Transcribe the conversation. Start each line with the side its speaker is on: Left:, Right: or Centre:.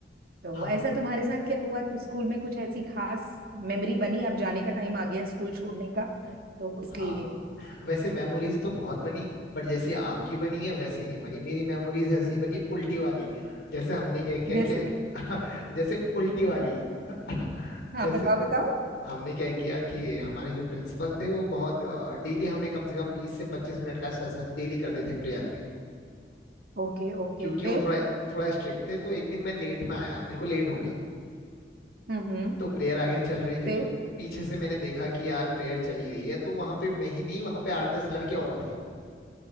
Right: तो
Left: हम
Right: ऐसा तुम्हारे साथ क्या हुआ तो स्कूल में कुछ ऐसी खास मेमोरी बनी अब जाने का टाइम आ गया है स्कूल छोड़ने का तो इसलिए
Left: हाँ वैसे मेमोरीज तो बहुत बनी बट जैसी आपकी बनी है वैसी नहीं बनी मेरी मेमोरीज ऐसी बनी उल्टी वाली जैसे हमने क्या
Right: जैसे
Left: किया कि <laughs> जैसे उल्टी वाली
Right: <laughs>
Left: <laughs>
Right: हाँ
Left: जैसे
Right: बताओ बताओ
Left: हमने क्या किया कि हमारे जो प्रिंसिपल थे वो बहुत डेली हमें कम से कम बीस से पच्चीस मिनट का सेशन डेली करते थे प्रेयर पे
Right: ओके ओके
Left: क्योंकि
Right: फिर
Left: वो थोड़ा थोड़ा स्ट्रिक्ट थे तो एक दिन मैं लेट में आया मेरे को लेट हो गई
Right: हम्म हम्म
Left: तो प्रेयर आगे चल रही थी
Right: फिर
Left: तो मैं पीछे से मैंने देखा कि यार प्रेयर चली रही है तो वहां पे मैं ही नहीं वहां पे आठ दस लड़के और थे